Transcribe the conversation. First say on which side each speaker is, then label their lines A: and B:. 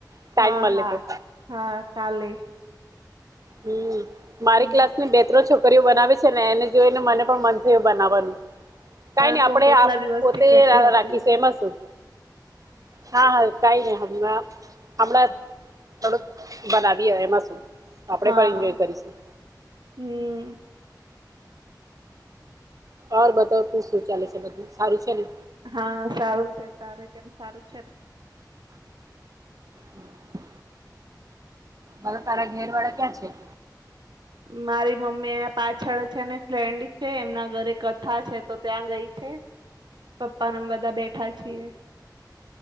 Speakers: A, on the right (about 50°); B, on the right (about 80°).
A: ટાઈમ
B: હા
A: મળે
B: હા,
A: તો
B: હા ચાલે.
A: હમ. મારી
B: હમ
A: ક્લાસની બે ત્રણ છોકરીઓ બનાવે છે ને, એને જોઈને મને પણ મન થયું બનાવવાનું. કઈ
B: તને
A: નહી
B: તો
A: આપડણે
B: હું કેટલા દિવસથી
A: પોતે
B: કેતી હતી
A: રાખીશ એમાં શું હા હા કાંઈ નહીં હમણાં હમણાં થોડુ બનાવી એ એમાં શું આપડે
B: હા.
A: પણ એન્જોય કરીશું
B: હમ.
A: ઓર બધા તું શું ચાલે છે? બધું સારું છે ને.
B: હા, સારું છે. તારે કેમ સારું છે?
A: હમ. બલો તારા ઘેર વાળા ક્યાં છે.
B: મારી મમ્મી પાછળ છે ને ફ્રેન્ડ છે એમના ઘરે કથા છે તો ત્યાં ગઈ છે. પપ્પા ને અમે બધા બેઠા છીએ